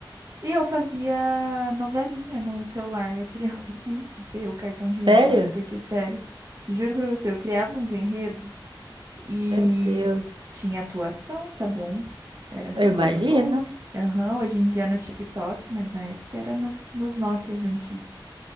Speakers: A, on the right; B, on the right.
A: E eu fazia novelinha no celular. Eu queria <laughs> muito ter o cartão de memória,
B: Sério?
A: porque, sério, juro pra você, eu criava uns enredos e
B: Meu Deus.
A: tinha atuação, tá bom? Era
B: Eu
A: só
B: imagino.
A: coisa boa. Aham, hoje em dia é no TikTok, mas na época era nos, nos Nokias antigos.